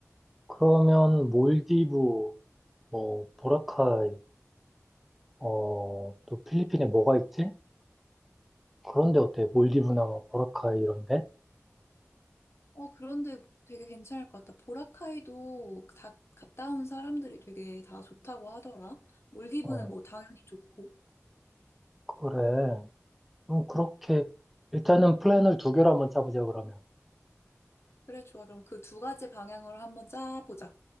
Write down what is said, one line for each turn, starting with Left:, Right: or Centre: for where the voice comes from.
Centre: 그러면 몰디브, 뭐 보라카이. 어, 또 필리핀에 뭐가 있지? 그런데 어때? 몰디브나 뭐 보라카이 이런데?
Left: 어 그런데 되게 괜찮을 것 같아. 보라카이도 다 갔다 온 사람들이 되게 다 좋다고 하더라. 몰디브는
Centre: 어,
Left: 뭐 당연히 좋고.
Centre: 그래. 그럼 그렇게 일단은 플랜을 두 개로 한번 짜보자 그러면.
Left: 그래 좋아. 그럼 그 두 가지 방향으로 한번 짜보자.